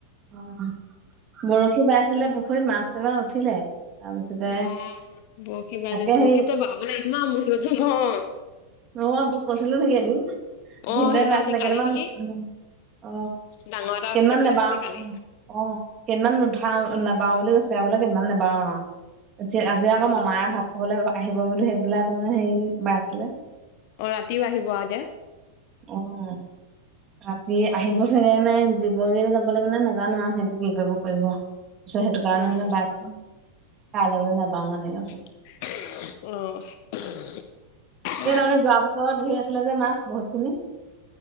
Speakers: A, on the right; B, on the left.
A: অ অ আহ, বৰশী বাই আছিলে পুখুৰীত মাছ কেইটামান উঠিলে। তাৰপিছতে
B: বা আ আ বৰশী বালো
A: তাকে
B: বৰশীটো
A: সেই
B: বাবলে ইমান মানু্হ আছে লজ্জা নহয়।
A: অ অ অ, তোক কৈছিলো নেকি এদিন
B: অ
A: ভিনদেউয়ে
B: সেইদিনাখনি
A: বাইছিলে
B: কালি
A: কেইটামান
B: নেকি
A: উম উ অ অ অ
B: ডাঙৰ এটা
A: কেইদিনমান
B: উঠিলে বুলি
A: নেবাও
B: কৈছিলি কালি
A: অ অ, অঁ অ। কেইদিনমান নুঠাও, নাবাও বুলি কৈছে বোলে কেইদিনমান নেবাঁও আৰু আজি আকৌ
B: উম
A: মমায়ে ভাত কবলৈ এই আহিব বুলি সেইবিলাক তাৰমানে হেৰি বাই আছিলে।
B: অ ৰাতিও আহিব আৰু এতিয়া।
A: অহ অ অ। ৰাতি আহিব চাগে নে দিবগে যাব লাগিব নে নাজানো আৰু সিহঁতে কি কৰিব কৰিব। তাৰপিত সেইটো কাৰণে
B: উম
A: মানে বাদ কাইলে মানে নাযাওঁ এনেকে কৈছে।
B: ইহ অ, ইছ এহ খেহ।
A: এই তাৰমানে যোৱা বছৰত ঢেৰ আছিলে যে মাছ বহুত খিনি।